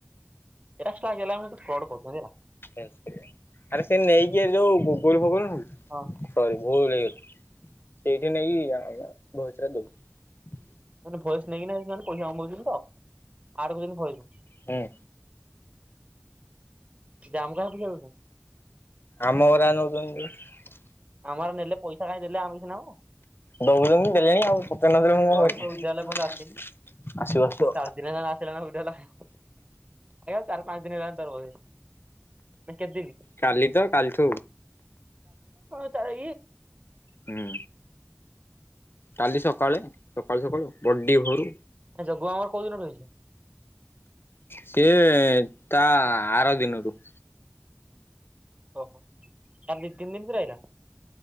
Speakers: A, on the right (about 30°); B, on the left (about 60°).
A: ଏସ ଟା ଗଲା ତୁ କ୍ରଡ଼ କରଛଲା।
B: ଆରେ ସେ ନେଇକି ଯୋଉ ଗୁଗଲ ଫୋଗୋଲ ହଉ।
A: ହଁ।
B: ସରି ଭୁଲ ହେଇଗଲା ସେଇଠି ନେଇକି ଆମେ ଭୋଏସ ଟା ଦବୁ
A: ସେ ଭଏସ ନେଇକିନା ସେମାନେ କହିବା କହିଛନ୍ତି ତ ଆଡ କଲେ କହିବୁ
B: ହଁ
A: ଯେ ଆମକୁ କାହିଁ ପଇସା ଦଉଛନ୍ତି
B: ଆମ ହଇରାଣ ହଉଛନ୍ତି ଯୋଉ
A: ଆମର ନେଲେ ପଇସା ଖାଇ ଦେଲେ ଆମ କିଛି ନାହୁଁ
B: ଦଉଚନ୍ତି ଦେଲେଣି ଆଉ ତତେ ନଦେଲେ ମୁଁ
A: ତର
B: କଣ
A: ତ
B: କରିବି।
A: ଉଜାଲେ ଏପର୍ଯ୍ୟନ୍ତ ଆସିନି
B: ଆସିବ ଆସିବ
A: ତ ଚାର ଦିନ ହେଲା ଆସିଲାଣି ହେଲା ଏୟୀ ଚାର ପାଞ୍ଚ ଦିନ ହେଲାଣି ତାର ବୋଧେ ନା କେତେ ଦିନ
B: କାଲି ତ କାଲିଠୁ
A: ତାର
B: ହୁଁ କାଲି ସକାଳେ ସକାଳୁ ସକାଳୁ ବଡ଼ି ଭୋରୁ
A: ଜଗୁ ଆମ କଉ ଦିନଠୁ ହେଇଛି
B: ସିଏ ତା ଆର ଦିନରୁ
A: ଓହୋ ତାର ଦିଇ ତିନି ଦିନିତରେ ରହିଲା